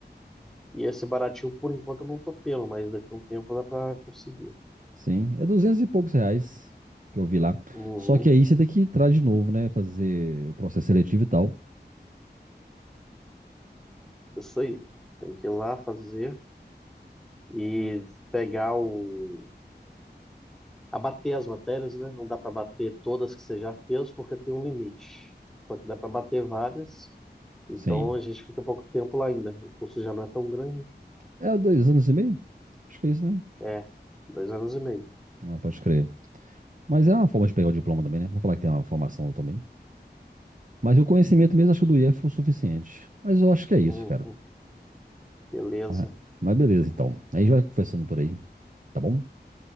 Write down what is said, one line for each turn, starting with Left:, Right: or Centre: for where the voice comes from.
Centre: E esse baratinho, por enquanto, eu não tô tendo, mas daqui a um tempo dá pra conseguir.
Right: Sim, é duzentos e poucos reais que eu vi lá.
Centre: Uhum,
Right: Só que aí você tem que entrar de novo, né? Fazer o processo seletivo e tal.
Centre: isso aí. Tem que ir lá fazer e pegar o. Abater as matérias, né? Não dá pra bater todas que você já fez, porque tem um limite. Só que dá pra bater várias. Então
Right: Sim.
Centre: a gente fica pouco tempo lá ainda. O curso já não é tão grande.
Right: É dois anos e meio? Acho que é isso, né?
Centre: É, dois anos e meio.
Right: Ah, pode crer. Mas é uma forma de pegar o diploma também, né? Vou falar que tem uma formação também. Mas o conhecimento mesmo, acho que o do IF foi o suficiente. Mas eu acho que é isso,
Centre: Uhum,
Right: cara.
Centre: beleza,
Right: Mas mas beleza, então. Aí a gente vai conversando por aí, tá bom?